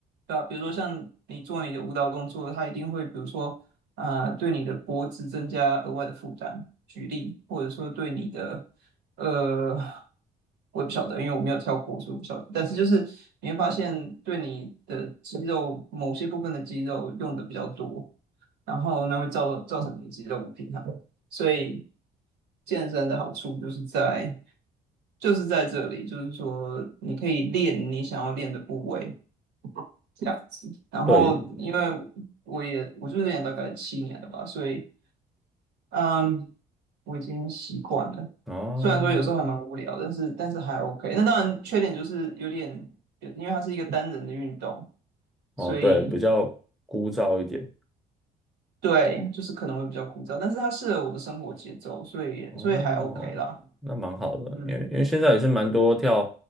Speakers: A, on the right; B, in the centre.
A: 对吧？比如说像你做你的舞蹈动作，它一定会，比如说，呃，对你的脖子增加额外的负担，举例，或者说对你的，呃，我也不晓得，因为我没有跳过，所以我不晓得。但是就是你会发现，对你的肌肉某些部分的肌肉用的比较多，然后那会造造成你肌肉不平衡。所以健身的好处就是在就是在这里，就是说你可以练你想要练的部位这样子。然后因为
B: 对，
A: 我也我就练大概七年了吧，所以嗯，我已经习惯了。
B: 哦
A: 虽然说有时候还蛮无聊，但是但是还 OK。那当然缺点就是有点，因为它是一个单人的运动，
B: 哦，
A: 所以
B: 对，比较枯燥一点。
A: 对，就是可能会比较枯燥，但是它适合我的生活节奏，所以所以还
B: 哦，
A: OK 啦。
B: 那蛮好的，
A: 嗯，
B: 因为因为现在也是蛮多跳